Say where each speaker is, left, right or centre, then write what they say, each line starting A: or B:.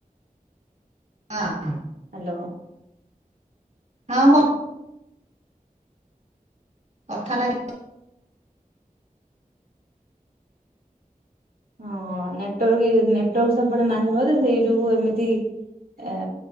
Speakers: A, on the right (about 50°); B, on the right (about 80°).
A: ହଁ ହଁ।
B: ହ୍ୟାଲୋ।
A: ହଁ। କଥାଟା।
B: ହଁ ନେଟାର୍କ ନେଟୱାର୍କ ସେପଟ ନାହିଁବ ତ ସେଇ ଯୋଗୁ ଏମିତି ଏ